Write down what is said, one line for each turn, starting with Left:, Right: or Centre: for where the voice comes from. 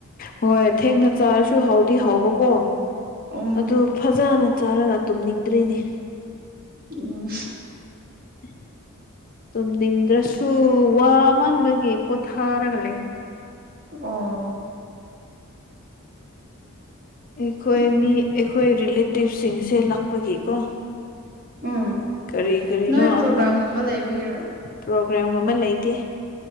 Left: ꯍꯣꯏ ꯊꯦꯡꯅ ꯆꯥꯔꯁꯨ ꯍꯥꯎꯗꯤ ꯍꯧꯕꯀꯣ
Right: ꯎꯝ
Left: ꯑꯗꯨ ꯐꯖꯅ ꯆꯥꯔꯒ ꯇꯨꯝꯅꯤꯡꯗ꯭ꯔꯦꯅꯦ꯫
Right: ꯎꯝ꯫
Left: <unintelligible> ꯇꯨꯝꯅꯤꯡꯗ꯭ꯔꯁꯨ ꯋꯥ ꯃꯟꯕꯒꯤ ꯄꯣꯊꯥꯔꯒ ꯂꯩ꯫
Right: ꯑꯣ꯫
Left: ꯑꯩꯈꯣꯏ
Right: ꯎꯝ
Left: ꯃꯤ ꯑꯩꯈꯣꯏ ꯔꯤꯂꯦꯇꯤꯞꯁꯤꯡꯁꯦ ꯂꯥꯛꯄꯒꯤꯀꯣ꯫
Right: ꯎꯝ
Left: ꯀꯔꯤ ꯀꯔꯤ
Right: ꯅꯣꯏ
Left: ꯅꯣ
Right: ꯄ꯭ꯔꯣꯒ꯭ꯔꯥꯝꯒꯨꯝꯕ
Left: ꯑꯉꯥꯡ
Right: ꯂꯩꯕꯒꯤꯔꯣ
Left: ꯄ꯭ꯔꯣꯒ꯭ꯔꯥꯝꯒꯨꯝꯕ ꯂꯩꯇꯦ꯫